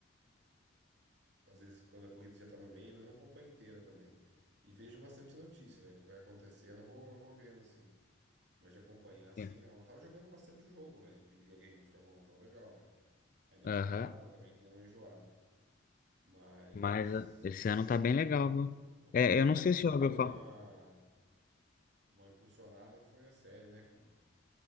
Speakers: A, on the right; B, on the left.
A: às vezes quando a corrida já tá no meio, mas não acompanho inteira também. E vejo bastante notícia, velho, o que vai acontecer, eu não vou, eu vou vendo assim. Mas de acompanhar assim,
B: É.
A: não. Eu tava jogando bastante o jogo, velho, de videogame, de Fórmula 1, tava legal, velho. Aí deu
B: Aham.
A: uma parada também, que deu uma enjoada. Mas
B: Mas eh, esse ano tá bem legal, viu?
A: o que
B: É,
A: deu
B: eu
A: uma,
B: não sei
A: o
B: se
A: que
B: já ouviu
A: deu uma,
B: falar.
A: uma impulsionada foi a série, né, cara?